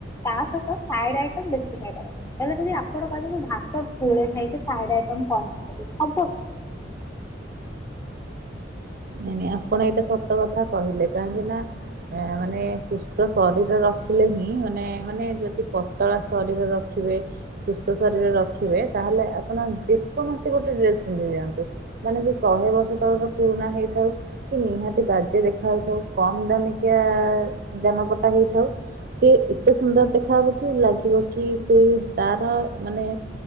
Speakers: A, on the left; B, on the right.
A: ତା ସହିତ ସାଇଡ ଆଇଟମ୍ ବେଶୀ ଖାଇବା କଥା। ତାହାଲେ ଯଦି ଆପଣ କହିଲେ ମୁଁ ଭାତ ପୁଳେ ଖାଇକି ସାଇଡ଼୍ ଆଇଟମ୍ କମ୍ ଖାଇବି ହବ କି?
B: ନାଇଁ ନାଇଁ ଆପଣ ଏଇଟା ସତ କଥା କହିଲେ କାହିଁକି ନାଁ ଆଁ ମାନେ ସୁସ୍ଥ ଶରୀର ରଖିଲେ ହିଁ ମାନେ ମାନେ ଯଦି ପତଳା ଶରୀର ରଖିବେ ସୁସ୍ଥ ଶରୀର ରଖିବେ ତାହେଲେ ଆପଣ ଯେକୌଣସି ଗୋଟେ ଡ୍ରେସ୍ ପିନ୍ଧି ଦିଅନ୍ତୁ ମାନେ ସେ ଶହେ ବର୍ଷ ତଳର ପୁରୁଣା ହେଇ ଥାଉ କି ନିହାତି ବାଜେ ଦେଖାହେଇଥାଉ କମ୍ ଦାମିକିଆ ଜାମାପଟା ହେଇଥାଉ ସିଏ ଏତେ ସୁନ୍ଦର ଦେଖାହବ କି ଲାଗିବ କି ସେଇ ତାର ମାନେ